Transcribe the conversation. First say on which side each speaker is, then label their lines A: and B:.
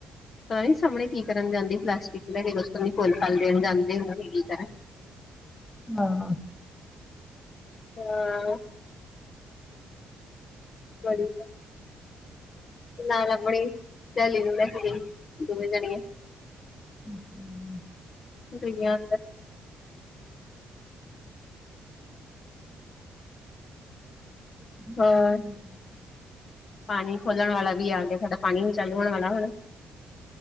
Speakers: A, on the left; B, on the left.
A: ਤਾਂ ਨੀ ਸਾਹਮਣੇ ਕੀ ਕਰਨ ਜਾਂਦੀ ਪਲਾਸਟਿਕ ਦੇ ਫੁੱਲ ਫੱਲ ਦੇਣ ਜਾਂਦੇ ਉਹ ਕੀ ਕਰਾਂ
B: ਹਾਂ
A: ਹਾਂ ਬੜੀ ਨਾ ਨਾ ਬਣੀ ਸਹੇਲੀ ਨੂੰ ਲੈ ਕੇ ਗਈ ਸੀ ਦੋਵੇਂ ਜਣੀਆਂ
B: <inaudible>
A: ਬਿਨੰਦ <unintelligible>
B: <inaudible>
A: ਹੋਰ ਪਾਣੀ ਖੋਲਣ ਵਾਲਾ ਵੀ ਆ ਗਿਆ ਸਾਡਾ ਪਾਣੀ ਨ ਚਾਲੂ ਹੋਣ ਵਾਲਾ ਹੁਣ